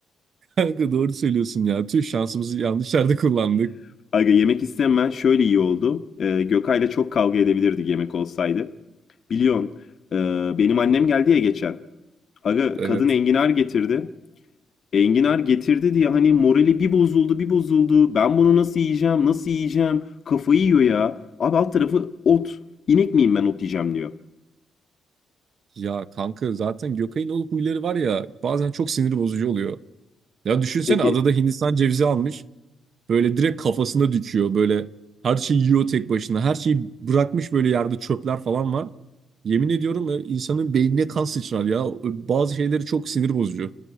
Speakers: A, on the right; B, on the left.
A: Kanka doğru söylüyorsun ya. Tüh şansımızı yanlış yerde kullandık.
B: <laughs> Aga yemek istemem şöyle iyi oldu. Ee, Gökay'la çok kavga edebilirdik yemek olsaydı. Biliyorsun e, benim annem geldi ya geçen. Aga
A: Evet.
B: kadın enginar getirdi. Enginar getirdi diye hani morali bir bozuldu bir bozuldu. Ben bunu nasıl yiyeceğim nasıl yiyeceğim kafayı yiyor ya. Abi alt tarafı ot. İnek miyim ben ot yiyeceğim diyor.
A: Ya kanka zaten Gökay'ın o huyları var ya bazen çok sinir bozucu oluyor. Ya düşünsene
B: Peki
A: adada Hindistan cevizi almış. Böyle direkt kafasına dikiyor. Böyle her şeyi yiyor tek başına. Her şeyi bırakmış böyle yerde çöpler falan var. Yemin ediyorum e, insanın beynine kan sıçrar ya. Bazı şeyleri çok sinir bozucu.